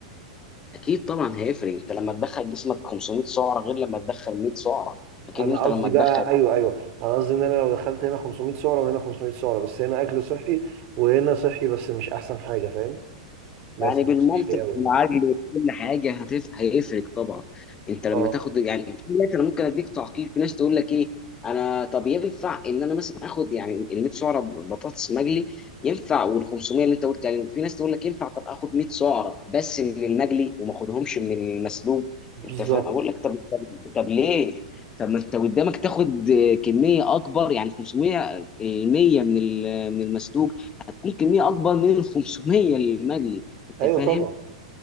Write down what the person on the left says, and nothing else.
اكيد طبعا هيفرق انت لما تدخل جسمك 500 سعره غير لما تدخل 100 سعره اكيد
انت
لما
تدخل
يعني بالمنطق
بالعقل
وكل حاجه هتف... هيفرق طبعا انت لما
تاخد يعني في ناس انا ممكن اديك تعقيب في ناس تقول لك ايه انا طب ينفع ان انا مثلا اخد يعني ال 100 سعره بطاطس مقلي ينفع وال 500 اللي انت قلت عليهم في ناس تقول لك ينفع طب اخد 100 سعره بس من المقلي وما اخدهمش من المسلوق
انت فاهم اقول لك طب طب, طب ليه؟ طب ما انت قدامك تاخد كميه اكبر يعني 500 ال 100 من ال- من المسلوق هتكون كميه اكبر من ال 500 المقلي انت
فاهم